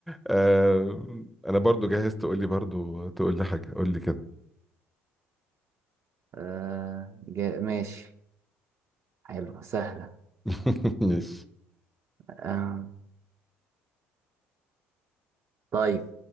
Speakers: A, in the centre; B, on the right.
A: آه انا برضو جهزت تقول لي برضو تقول لي حاجه قول لي كده
B: آه جا... ماشي حلو سهله
A: <laughs> ماشي
B: آه طيب